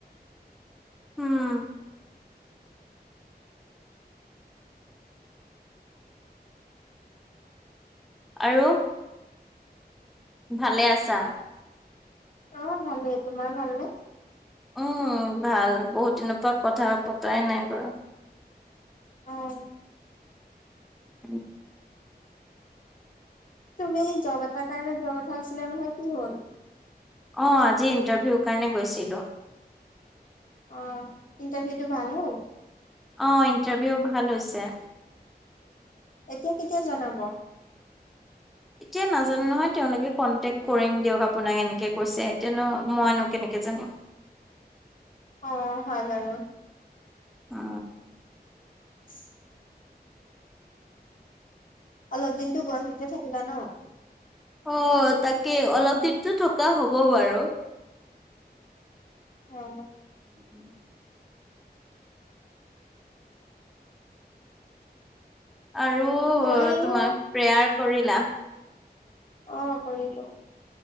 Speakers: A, in the centre; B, on the left.
A: উম আৰু। ভালে আছা?
B: অ ভালেই তোমাৰ ভাল নে?
A: উম ভাল বহুত দিনৰ পৰা কথা পতাই নাই কৰা।
B: অহ।
A: <inaudible>
B: তুমি জব এটাৰ কাৰণে যোৱা কথা আছিলে নহয় কি হল?
A: অ আজি ইণ্টাৰভিউ কাৰণে গৈছিলো।
B: অ ইণ্টাৰভিউটো ভাল হ'ল?
A: অ ইন্টাৰভিউ ভাল হৈছে।
B: এতিয়া কেতিয়া জনাব?
A: এতিয়া নাজানো নহয় তেওঁলোকে কনটেক্ কৰিম দিয়ক আপোনাক এনেকে কৈছে এতিয়া নো মইনো কেনেক- কে জানিম
B: <inaudible> অ হয় বাৰু।
A: অ।
B: <inaudible> অলপ দিনটো গুৱাহাটীতে থাকিবা ন?
A: অ তাকে অলপ দিনতো থকা হ'ব বাৰু।
B: অ।
A: উম আৰু
B: মইও
A: তোমাৰ প্ৰেয়াৰ কৰিলা।
B: অহ, কৰিলো